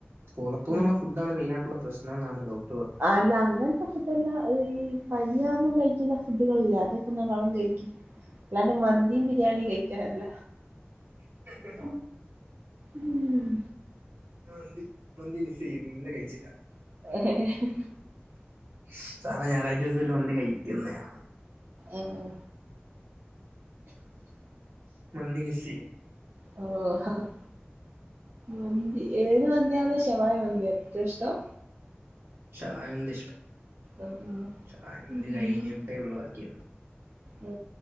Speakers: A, on the right (about 80°); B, on the right (about 65°).
A: പുറത്തുന്നുള്ള
B: ഉം.
A: ഫുഡ്ഡണ് മെയിനായിയിട്ടുള്ള പ്രശ്നം എന്നാണ് ഡോക്ടർ പർ
B: അല്ല അങ്ങനത്തെ ഫുഡ്ല്ല ഈ പനിയാകുമ്പോ കഴിക്കുന്ന ഫുഡുകളൾല്ലേ അതൊക്കെ നല്ലോണം കഴിക്ക്‌. അല്ലാണ്ട് മന്തിം ബിരിയാണിം കഴിക്കാനല്ല.
A: പറഞ്ഞത്.
B: ഉം.
A: മന്തി മന്തി മിസ് ചെയ്യുന്നു ഇന്നലെ കഴിച്ചില്ലാ.
B: ഹേ ഹേ ഹ്
A: സാദാ ഞായറാഴ്ച ഒരു ദിവസം ഒരു മന്തി കഴിക്കുന്നേയാണ്.
B: ഏഹ്.
A: മന്തി മിസ്സെയ്യും.
B: ഓ ഹ ഹ ഉം ഏത് മന്തിയാണ് ശവായ മന്തി ഏറ്റം ഇഷ്ടം?
A: ശവായ മന്തി ഇഷ്ടം
B: ആ,
A: വായ മന്തി
B: ഉം.
A: കഴിഞ്ഞ് ഒഴിവാക്കിണ്ട്
B: ഓ